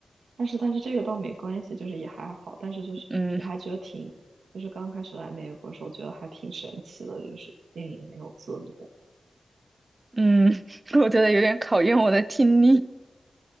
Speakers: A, on the right; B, on the right.
A: 但是但是这个倒没关系，就是也还好。但是就是我还觉得挺，
B: 嗯
A: 就是刚开始来美国的时候，觉得还挺神奇的，就是电影没有字幕。
B: 嗯，<laughs> 我觉得有点考验我的听力。